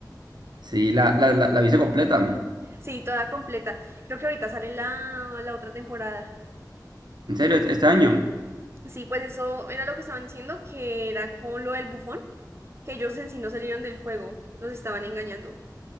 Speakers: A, on the right; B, on the right.
A: Sí, la, la, la, la viste completa. ¿En
B: Sí, toda completa. Creo que ahorita sale la, la otra temporada.
A: serio? ¿Este este año?
B: Sí, pues eso era lo que estaban diciendo, que era con lo del bufón, que ellos en sí no salieron del juego, los estaban engañando.